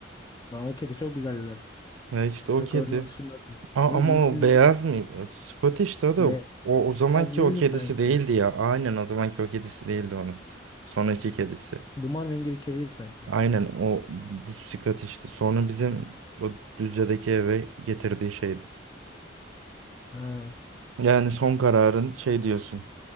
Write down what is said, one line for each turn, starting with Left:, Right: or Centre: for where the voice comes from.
Left: Lan o kedi çok güzeldi lan.
Right: Ha işte o
Left: Bak
Right: kedi.
Left: onu şimdi hatırladım.
Right: A-
Left: Onun
Right: ama
Left: cinsinin
Right: o beyaz mı? Scottish'ti o da
Left: bir-
Right: o, o zamanki
Left: Ya zilli
Right: o kedisi
Left: sanki.
Right: değildi ya. Aynen o zamanki o kedisi değildi onun. Sonraki kedisi.
Left: Duman rengi bir kediydi sanki.
Right: Aynen o Scottish'ti. Sonra bizim bu Düzce'deki eve getirdiği şeydi.
Left: Ha,
Right: Yani son kararın şey diyorsun.